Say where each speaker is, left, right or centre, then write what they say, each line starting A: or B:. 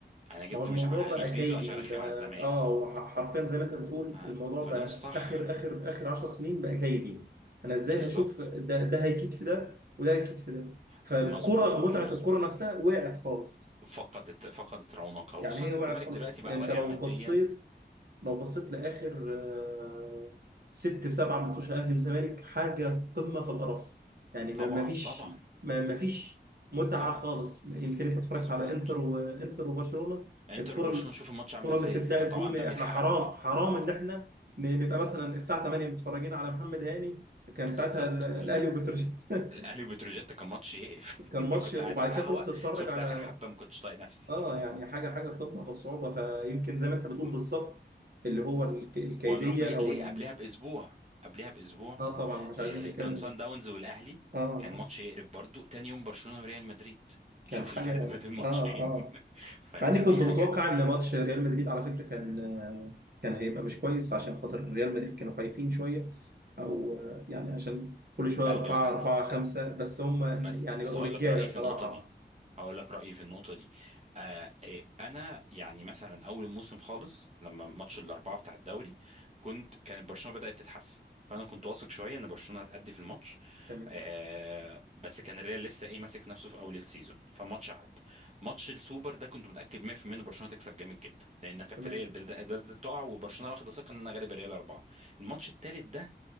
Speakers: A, on the right; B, on the right.
A: أنا جبت
B: ما هو الموضوع
A: مش ع... هجيب
B: بقى
A: زيزو
B: كيدي
A: عشان أرخم
B: بقى
A: على الزمالك
B: اه هو ح- حرفيا زي ما انت بتقول
A: ف-
B: الموضوع بقى
A: فده مش صح
B: اخر اخر اخر 10 سنين بقى كيدي انا ازاي
A: بالظبط
B: هشوف ده ده هيكيد في ده وده هيكيد في ده فالكره
A: مظبوط
B: متعه
A: مظبوط
B: الكره نفسها وقعت خالص
A: فقدت فقدت رونقها وخصوصا
B: يعني هي
A: الزمالك
B: وقعت خلاص
A: دلوقتي بقى
B: انت
A: واقع
B: لو
A: ماديا
B: بصيت لو بصيت لاخر آه، ست سبع ماتشات اهلي وزمالك حاجه قمه في القرف يعني ما
A: طبعا
B: ما فيش
A: طبعا
B: ما ما فيش متعه
A: طبعا
B: خالص يمكن انت اتفرجت
A: مظبوط
B: على انتر وانتر وبرشلونه
A: انتر
B: الكره
A: وبرشلونه شوف الماتش عامل
B: الكره
A: ازاي
B: اللي بتتلعب
A: يعني طبعا
B: دي ما-
A: دمي
B: احنا
A: اتحرق
B: حرام حرام ان احنا ن- نبقى مثلا الساعه 8 متفرجين على محمد هاني كان
A: بالظبط
B: ساعتها ال- الاهلي
A: وان
B: وبتروجيت <laughs>
A: الاهلي وبتروجيت كان ماتش يقرف
B: كان
A: <laughs>
B: ماتش
A: كنت
B: وبعد
A: قاعد على القهوه
B: كده تروح تتفرج
A: شفت
B: على
A: اخر حبه ما كنتش طايق نفسي
B: اه
A: <laughs>
B: يعني حاجه حاجه قمه في الصعوبه فيمكن زي ما انت
A: بالظبط
B: بتقول بالظبط اللي هو الك- الكيديه
A: وهنروح بعيد
B: او
A: ليه
B: ال...
A: قبلها باسبوع قبلها باسبوع
B: اه طبعا مش
A: آه،
B: عايزين نتكلم
A: كان سان داونز والاهلي
B: اه
A: كان ماتش يقرف برضو تاني يوم برشلونه وريال مدريد
B: كان
A: شوف
B: حاجه
A: الفرق <laughs> ما بين الماتشين
B: اه اه
A: <laughs> فانت
B: مع اني
A: في
B: كنت
A: حاجات
B: متوقع ان ماتش ريال مدريد على فكره كان آه، كان هيبقى مش كويس عشان خاطر ريال مدريد كانوا خايفين شويه او آه، يعني عشان كل شويه
A: بل
B: أربعة
A: بالعكس
B: أربعة خمسة بس هم
A: بس
B: يعني
A: بس
B: بقوا
A: هقول
B: رجاله
A: لك رأيي
B: صراحه
A: في النقطة دي هقول لك رأيي في النقطة دي آه إيه، أنا يعني مثلا أول الموسم خالص لما ماتش الأربعة بتاع الدوري كنت كانت برشلونة بدأت تتحسن فأنا كنت واثق شوية إن برشلونة هتأدي في الماتش
B: تمام
A: آه بس كان الريال لسه إيه ماسك نفسه في أول السيزون فماتش عدى ماتش السوبر ده كنت متأكد 100% إن برشلونة تكسب جامد جدا لأن كانت
B: تمام
A: الريال بدأت بدأت تقع وبرشلونة واخدة ثقة إن أنا غالب الريال أربعة الماتش التالت ده